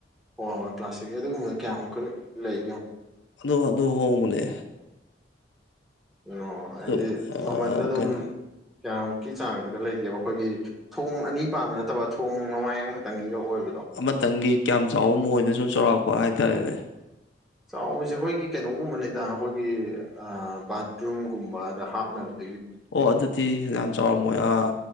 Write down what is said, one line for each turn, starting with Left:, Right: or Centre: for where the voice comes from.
Centre: ꯍꯣꯏ ꯍꯣꯏ ꯄ꯭ꯂꯥꯁꯇꯤꯛꯀꯤ ꯑꯗꯨꯒꯨꯝꯕ ꯀꯌꯥꯃꯨꯀꯜ ꯂꯩ
Left: ꯑꯗꯨ ꯑꯗꯨ ꯍꯣꯡꯕꯅꯦ
Centre: ꯑꯣ ꯍꯥꯏꯗꯤ
Left: ꯑꯗꯨ
Centre: ꯃꯃꯟꯗ ꯑꯗꯨꯝ
Left: ꯀꯩꯅꯣ
Centre: ꯀꯌꯥꯃꯨꯛꯀꯤ ꯆꯥꯡꯗꯨꯗ ꯂꯩꯒꯦꯕ ꯑꯩꯈꯣꯏꯒꯤ ꯊꯣꯡ ꯑꯅꯤ ꯄꯥꯝꯕ ꯅꯠꯇꯕ ꯈꯣꯡ ꯃꯃꯥꯏ ꯑꯃꯈꯛꯇꯪꯒꯤꯒ ꯑꯣꯏꯕ
Left: ꯑꯃꯇꯪꯒꯤ ꯀꯌꯥꯝ ꯆꯥꯎꯕ ꯃꯣꯏꯗ ꯁꯨꯝ ꯆꯥꯎꯔꯥꯛꯄ ꯍꯥꯏꯇꯥꯔꯦꯅꯦ
Centre: ꯆꯥꯎꯕꯁꯦ ꯑꯩꯈꯣꯏꯒꯤ ꯀꯩꯅꯣꯒꯨꯝꯕꯅꯤꯗ ꯑꯩꯈꯣꯏꯒꯤ ꯕꯥꯊꯔꯨꯝꯒꯨꯝꯕꯗ ꯍꯥꯞꯅꯕꯅꯦ
Left: ꯑꯣ ꯑꯗꯨꯗꯤ ꯌꯥꯝ ꯆꯥꯎꯔꯝꯃꯣꯏ ꯑꯥ